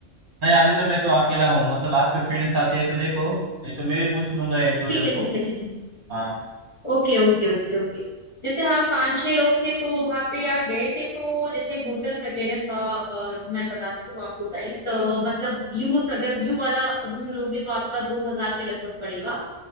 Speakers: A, on the right; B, on the left.
A: नहीं अभी तो मैं तो अकेला हूँ मतलब आपके फ्रेंड्स आते हैं तो देखो नहीं तो मैं भी पूछ लूंगा एक दो
B: ठीक
A: जन
B: है
A: को
B: ठीक है ठीक है
A: हाँ
B: Okay okay okay okay जैसे हम पांच छह लोग थे तो वहां पे यार गए थे तो जैसे होटल वगैरह का अ, मैं बताती हूँ आपको प्राइस मतलब व्यूज अगर व्यू वाला रूम लोगे तो आपका दो हजार के लगभग पड़ेगा